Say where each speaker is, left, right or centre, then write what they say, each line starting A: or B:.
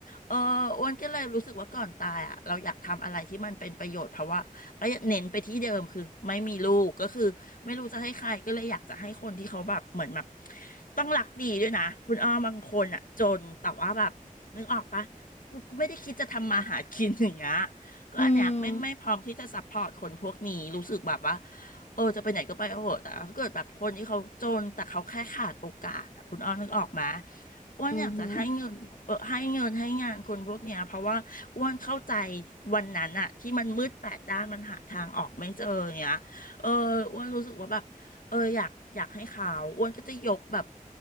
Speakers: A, on the left; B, on the left.
A: เอออ้วนก็เลยรู้สึกว่าก่อนตายอ่ะเราอยากทำอะไรที่มันเป็นประโยชน์เพราะว่าก็เน้นไปที่เดิมคือไม่มีลูกก็คือไม่รู้จะให้ใครก็เลยอยากจะให้คนที่เขาแบบเหมือนแบบต้องรักดีด้วยนะคุณอ้อบางคนอ่ะจนแต่ว่าแบบนึกออกปะกูกูไม่ได้คิดจะทำมาหากินอย่างเงี้ยก็อันเนี้ยไม่ไม่พร้อมที่จะซัพพอร์ตคนพวกนี้รู้สึกแบบว่า
B: อืม
A: เออจะไปไหนก็ไปเออแต่ถ้าเกิดแบบคนที่เขาจนแต่เขาแค่ขาดโอกาสอะคุณอ้อนึกออกมาอ้วนอยากจะให้เงินเออให้เงินให้งานคนพวกเนี้ยเพราะว่าอ้วนเข้าใจ
B: อือหือ
A: วันนั้นอะที่มันมืดแปดด้านมันหาทางออกไม่เจอเนี้ยเอออ้วนรู้สึกว่าแบบเอออยากอยากให้เขาอ้วนก็จะยกแบบ